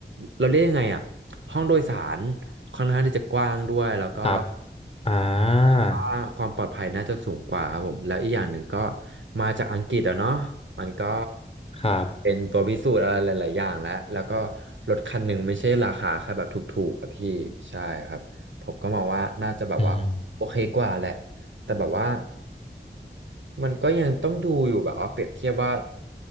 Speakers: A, on the right; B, on the left.
A: เราเรียกยังไงอ่ะห้องโดยสารค่อนข้างที่จะกว้างด้วยแล้วก็
B: ครับอ่า
A: ว่าความปลอดภัยน่าจะสูงกว่าครับผมแล้วอีกอย่างหนึ่งก็มาจากอังกฤษอะเนาะมันก็
B: ครับ
A: เป็นตัวพิสูจน์อะไรหลายๆอย่างแล้วแล้วก็รถคันหนึ่งไม่ใช่ราคาแค่แบบถูกๆอะพี่ใช่ครับผมก็มองว่าน่าจะแบบว่าโอเคกว่าแหละ
B: อืม
A: แต่แบบว่ามันก็ยังต้องดูอยู่แบบว่าเปรียบเทียบว่า